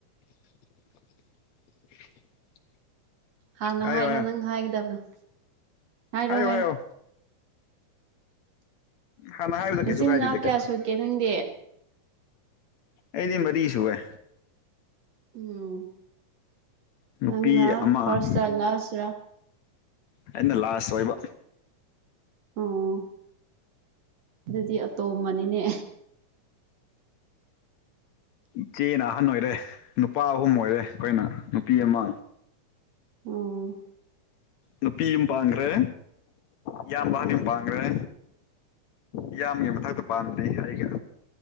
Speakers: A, on the left (about 70°); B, on the right (about 55°).
A: <inaudible>
B: ꯍꯥꯟꯅ
A: ꯍꯥꯏꯌꯣ
B: ꯍꯥꯏꯔꯣ
A: ꯍꯥꯏꯌꯣ
B: ꯅꯪꯅ ꯍꯥꯏꯒꯗꯕꯗꯣ ꯍꯥꯏꯔꯣ
A: ꯍꯥꯏꯌꯣ
B: ꯍꯥꯏꯔꯣ
A: ꯍꯥꯏꯌꯣ ꯍꯥꯟꯅ ꯍꯥꯏꯌꯨꯗ
B: ꯅꯆꯤꯟ
A: ꯀꯩꯁꯨ
B: ꯅꯅꯥꯎ
A: ꯀꯥꯏꯗꯦꯗ
B: ꯀꯌꯥ
A: ꯀꯩꯟ
B: ꯁꯨꯒꯦ ꯅꯪꯗꯤ
A: ꯑꯩꯗꯤ ꯃꯔꯤ ꯁꯨꯨꯢꯌꯦ
B: ꯎꯝ
A: ꯅꯨꯄꯤ
B: ꯅꯪꯅ
A: ꯑꯃ
B: ꯐ꯭ꯥꯔꯁ ꯔ ꯂꯥꯁ ꯔ
A: ꯑꯩꯅ ꯂꯥꯁ ꯑꯣꯏꯕ
B: ꯑꯣ ꯑꯗꯨꯗꯤ ꯑꯇꯣꯝꯕꯅꯤꯅꯦ
A: ꯏꯆꯦꯅ ꯑꯍꯟ ꯑꯣꯏꯔꯦ ꯅꯨꯄꯥ ꯑꯍꯨꯝ ꯑꯣꯏꯔꯦ ꯑꯈꯣꯏꯅ ꯅꯨꯄꯤ ꯑꯃ
B: ꯑꯣ
A: ꯅꯨꯄꯤ ꯑꯃ ꯄꯥꯟꯈ꯭ꯔꯦ ꯏꯌꯥꯝꯕ ꯑꯍꯥꯟ ꯄꯥꯟꯈ꯭ꯔꯦ ꯏꯌꯥꯝꯕꯒꯤ ꯃꯊꯛꯇ ꯄꯥꯟꯗ꯭ꯔꯤ ꯑꯩꯒ